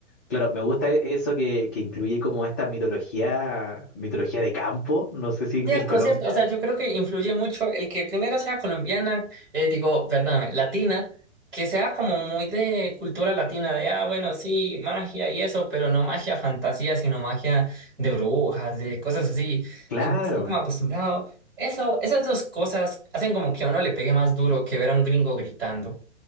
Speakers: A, on the left; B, on the right.
A: claro, me gusta e- eso que, que incluye como esta mitología, mitología de campo. No sé si en,
B: Cierto,
A: en Colombia.
B: cierto. O sea, yo creo que influye mucho el que primero sea colombiana, eh, digo, perdóname, latina, que sea como muy de cultura latina, de, ah, bueno, sí, magia y eso, pero no magia fantasía, sino magia de brujas, de cosas así,
A: Claro.
B: que no estoy como acostumbrado. Eso, esas dos cosas hacen como que a uno le pegue más duro que ver a un gringo gritando.